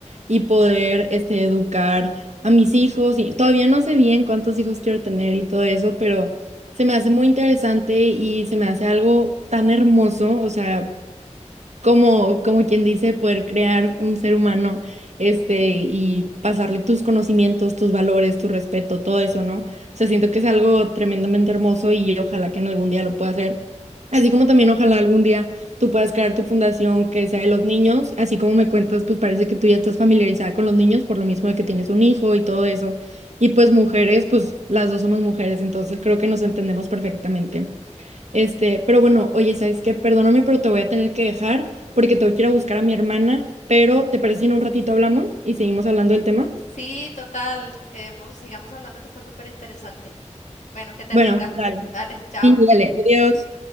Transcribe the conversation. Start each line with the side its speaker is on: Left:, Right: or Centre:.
Right: y poder, este, educar a mis hijos. Y todavía no sé bien cuántos hijos quiero tener y todo eso, pero se me hace muy interesante y se me hace algo tan hermoso, o sea como, como quien dice, poder crear un ser humano, este, y pasarle tus conocimientos, tus valores, tu respeto, todo eso, ¿no? O sea, siento que es algo tremendamente hermoso y ojalá que en algún día lo pueda hacer. Así como también ojalá algún día tú puedas crear tu fundación que sea de los niños, así como me cuentas, pues parece que tú ya estás familiarizada con los niños por lo mismo de que tienes un hijo y todo eso. Y pues mujeres, pues las dos somos mujeres, entonces creo que nos entendemos perfectamente. Este, pero bueno, oye, ¿sabes qué? Perdóname, pero te voy a tener que dejar porque tengo que ir a buscar a mi hermana, pero ¿te parece si en un ratito hablamos y seguimos hablando del tema?
Left: Sí, total, quedemos, sigamos hablando que está súper interesante. Bueno, que te
Right: Bueno,
Left: rinda.
Right: dale.
Left: Dale, chao.
Right: Sí, dale. Adiós.